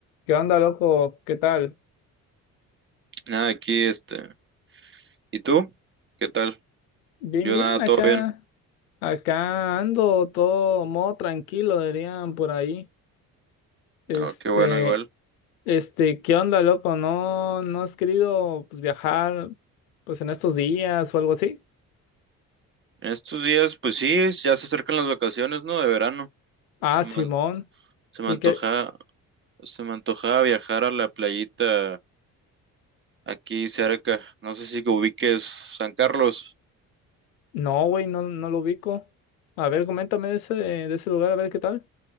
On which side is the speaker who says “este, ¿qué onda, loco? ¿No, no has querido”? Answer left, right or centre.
Left